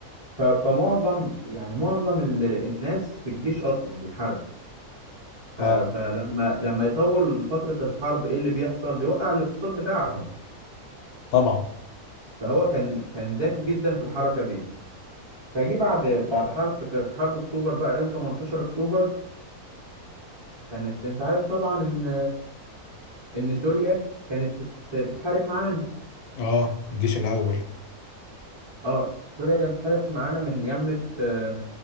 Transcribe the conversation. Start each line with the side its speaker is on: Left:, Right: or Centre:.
Right: ف... فمعظم يعني معظم ال... الناس في الجيش اصلا بيحاربوا
Left: اه
Right: ف- فلما لما يطول فترة الحرب ايه اللي بيحصل بيوقع الاقتصاد بتاعهم
Left: طبعا
Right: فهو كان كان ذكي جدا في الحركة دي فجي بعد بعد حرب في في حرب اكتوبر بقى يوم 18 اكتوبر كانت انت عارف طبعا ان ان سوريا كانت بت بتحارب معانا
Left: اه الجيش الاول
Right: اه سوريا كانت بتحارب معانا من يمة آه،